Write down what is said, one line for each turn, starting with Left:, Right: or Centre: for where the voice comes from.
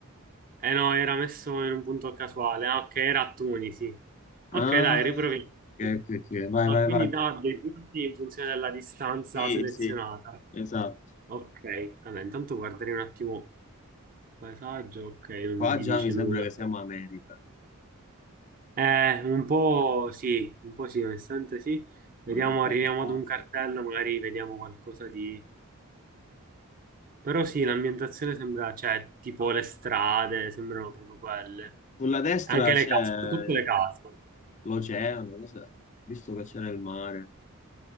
Right: Eh no, era messo in un punto casuale. Ah, ok, era a Tunisi. Ok,
Left: Ah,
Right: dai, riproviamo.
Left: ok,
Right: Sì.
Left: ok, ok. Vai,
Right: Ah,
Left: vai,
Right: quindi
Left: vai.
Right: dà dei punti in funzione della distanza
Left: Sì,
Right: selezionata.
Left: sì, esatto.
Right: Ok, allora intanto guarderei un attimo il paesaggio. Ok, non
Left: Qua
Right: mi
Left: già
Right: dice
Left: mi sembra
Right: nulla.
Left: che siamo America,
Right: Eh, un po' sì, un po' sì, onestamente sì. Vediamo,
Left: mm, dalle
Right: arriviamo
Left: case.
Right: ad un cartello, magari vediamo qualcosa di... Però sì, l'ambientazione sembra, cioè, tipo le strade, sembrano proprio quelle.
Left: Sulla destra
Right: Anche le
Left: c'è
Right: case, tutte le case.
Left: l'oceano, cos'è? Ho visto che c'era il mare.